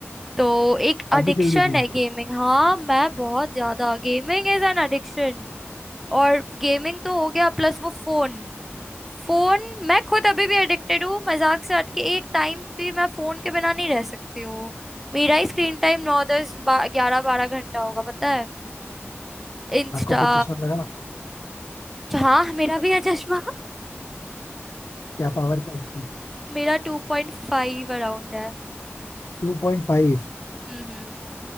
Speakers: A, in the centre; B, on the left.
A: तो एक
B: आप
A: एडिक्शन
B: भी खेल देखिए
A: है गेमिंग हाँ मैं बहुत ज्यादा गेमिंग इज एन एडिक्शन और गेमिंग तो हो गया प्लस वो फोन फोन मैं खुद अभी भी एडिक्टेड हूँ मजाक से हट के एक टाइम भी मैं फोन के बिना नहीं रह सकती हूँ मेरा ही स्क्रीन टाइम नौ दस बा, ग्यारह बारह घंटा होगा पता है इंस्टा
B: आंखों पे चश्मा लगा
A: हाँ मेरा भी है चश्मा
B: क्या पावर क्या उसकी
A: मेरा टू पॉइंट फाइव अराउंड है
B: टू पॉइंट फाइव
A: हम्म हम्म